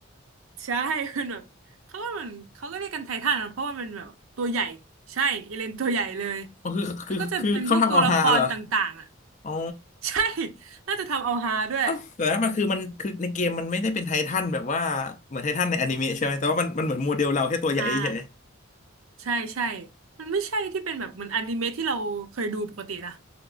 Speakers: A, on the right; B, on the left.
A: ใช่ <laughs> มันแบบเขาก็เหมือนเขาก็เรียกกันไททันอะเพราะว่ามันแบบตัวใหญ่ใช่เอเลนตัวใหญ่เลย
B: อ๋อคือคือคือเขาทำเอาฮาเหรอ
A: แล้วก็จะเป็นพวกตัวละครต่างๆอ่ะ
B: อ๋อ
A: <laughs> ใช่ <laughs> น่าจะทำเอาฮาด้วย
B: เอ้าแต่ว่ามันคือมันคือในเกมมันไม่ได้เป็นไททันแบบว่าเหมือนไททันในอนิเมะใช่ไหมแต่ว่ามันมันเหมือนโมเดลเราแค่ตัวใหญ่เฉย
A: อ่าใช่ใช่มันไม่ใช่ที่เป็นแบบเหมือนอนิเมะที่เราเคยดูปกตินะ